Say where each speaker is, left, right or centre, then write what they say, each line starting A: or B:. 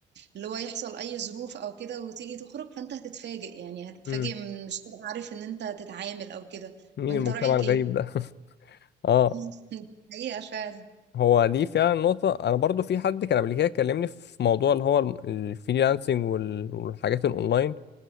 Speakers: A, on the right; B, on the left.
A: اللي هو يحصل اي ظروف او كده وتيجي تخرج فانت هتتفاجئ يعني هتتفاجئ
B: مم.
A: من- مش تبقى عارف ان انت تتعامل او كده
B: مين
A: وانت
B: المجتمع
A: رأيك
B: الغريب
A: ايه؟
B: ده <laughs> اه
A: <laughs> حقيقة فعلا
B: هو دي فعلا نقطة أنا برضو في حد كان قبل كده كلمني في موضوع اللي هو ال- الفريلانسنج وال- والحاجات الأونلاين